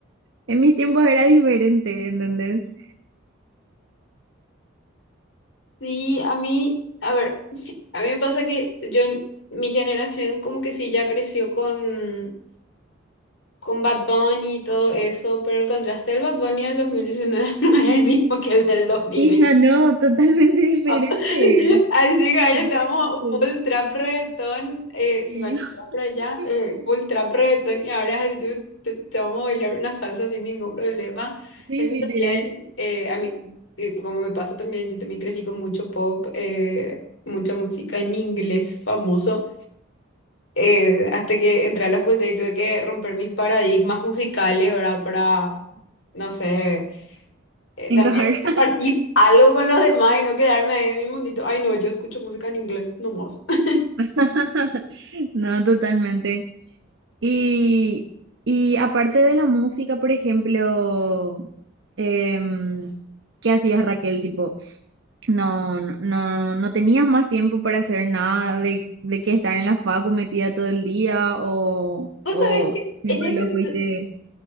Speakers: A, on the right (about 60°); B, on the left (about 70°).
A: en mis tiempos era diferente, ¿entendés?
B: Sí, a mí, a ver, <laughs> a mí me pasa que yo, mi generación como que sí ya creció con con Bad Bunny y todo eso, pero el contraste del Bad Bunny del 2019 <laughs> no es el mismo que el del 2020.
A: Hija, no, totalmente <laughs> diferentes,
B: <laughs> Así que año
A: totalmente.
B: estábamos full trap reggaetón, eh, cinco
A: sí.
B: años
A: <laughs>
B: atrás por allá, eh, full trap reggaetón y ahora es así, tipo, te, te vamos a bailar una salsa sin ningún problema.
A: Sí,
B: Eso también,
A: literal,
B: eh, a mí, eh, como me pasó también, yo también crecí con mucho pop, eh, mucha música en inglés famoso eh, hasta que entré a la facultad y tuve que romper mis paradigmas musicales, ¿verdad? Para, no sé, eh,
A: encajar.
B: también compartir algo con los demás y no quedarme ahí en mi mundito. Ay, no, yo escucho música en inglés nomás. <laughs>
A: <laughs> No, totalmente. Y, y aparte de la música, por ejemplo, em, ¿qué hacías, Raquel? Tipo, no, no, no no tenías más tiempo para hacer nada de, de que estar en la facu metida todo el día o,
B: Vos
A: o
B: sabés que
A: siempre
B: en ese,
A: lo
B: ent-
A: fuiste